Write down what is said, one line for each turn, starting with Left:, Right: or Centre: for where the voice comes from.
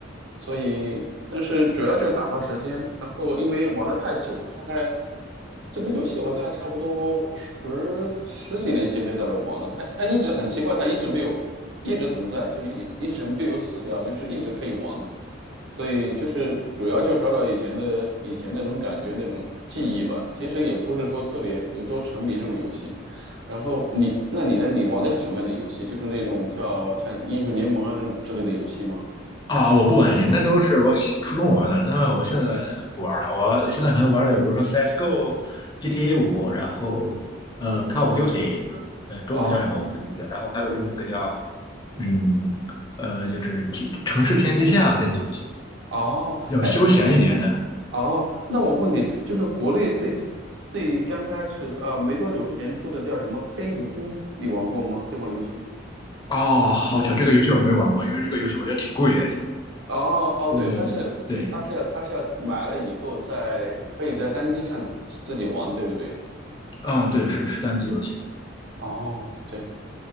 Right: 所以，但是主要就是打发时间。然后因为玩的太久，大概这个游戏我大概差不多十十几年前就在这玩的。它它一直很奇怪，它一直没有一直存在，就一一直没有死掉，就是一直可以玩。所以就是主要就找找以前的以前那种感觉那种记忆吧。其实也不是说特别有多沉迷这种游戏。然后你，那你呢？你玩的是什么样的游戏？就是那种叫像英雄联盟啊这这类的游戏吗？
Left: 啊，我不玩以前那都是我初中玩的，那我现在不玩了。我现在可能玩的，比如说 CS:GO、GTA 五，然后呃 Call of Duty，呃中文叫什么我不记得，
Right: 哦
Left: 然后还有就是那个叫嗯呃就是天城市天际线啊这些游戏，
Right: 哦，
Left: 比较休闲一点的。
Right: 哎哦，那我问你，就是国内最最刚开始啊，没多久之前出的叫什么《黑悟空》，你玩过吗？这款游戏？
Left: 哦，好巧，这个游戏我没玩过，因为这个游戏我觉得挺贵的，
Right: 哦哦，
Left: 就
Right: 对，它是它是要它是要买了以后在可以在单机上自己玩，
Left: 对。
Right: 对不对？
Left: 嗯，对，是是单机游戏
Right: 哦，对。